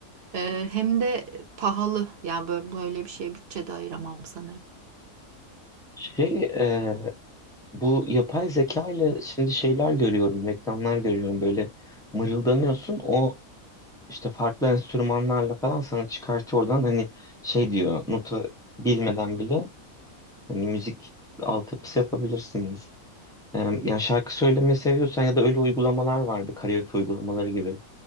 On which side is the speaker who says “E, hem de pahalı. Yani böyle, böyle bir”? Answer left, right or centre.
Right